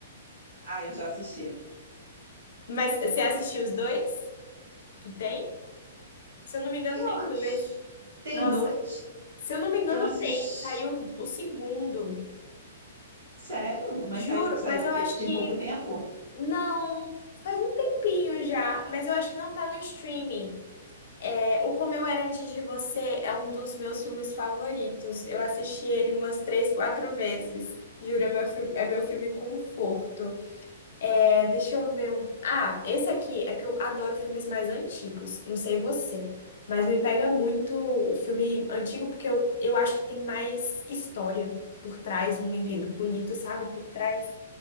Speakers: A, on the right (about 50°); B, on the left (about 55°).
A: Ah, eu já assisti.
B: Mas você assistiu os dois que tem? Se eu não me engano,
A: Eu
B: tem
A: acho.
B: dois.
A: Tem
B: Nossa,
A: dois?
B: se eu não me engano,
A: Eu assisti.
B: tem. Saiu o segundo.
A: Sério? Mas
B: Juro,
A: saiu, saiu
B: mas eu
A: te-
B: acho
A: tem
B: que
A: pouco tempo?
B: Não, faz um tempinho já, mas eu acho que não tá no streaming. É, O Como Eu Era Antes de Você é um dos meus filmes favoritos. Eu assisti ele umas três, quatro vezes. Juro, é meu, fi- é meu filme conforto. É, deixa eu ver um. Ah, esse aqui é que eu adoro filmes mais antigos. Não sei você, mas me pega muito o filme antigo porque eu, eu acho que tem mais história por trás, um enredo
A: Sim.
B: bonito, sabe? Por trás.